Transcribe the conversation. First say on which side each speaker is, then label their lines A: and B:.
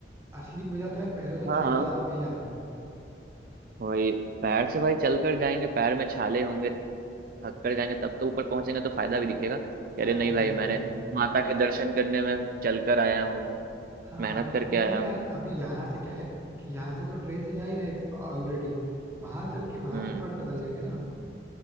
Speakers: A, on the right; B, on the right.
A: असली मजा तो यार पैरों से
B: हाँ
A: चल के जाने में ही आता है
B: वही पैर से भाई चलकर जाएंगे पैर में छाले होंगे थक कर जाएंगे तब तो ऊपर पहुंचेंगे तो फायदा भी दिखेगा कि
A: हाँ
B: अरे नहीं
A: एग्जैक्टली
B: भाई मैंने
A: exactly.
B: माता के दर्शन करने में चलकर आया हूँ
A: हाँ
B: मेहनत
A: हाँ
B: करके
A: नहीं
B: आया
A: नहीं यार
B: हूँ
A: अभी यहाँ से क्या है कि यहाँ से तो ट्रेन से जा ही रहे ऑलरेडी वहां चल के वहां
B: हम्म
A: पे थोड़ा बदल लेंगे ना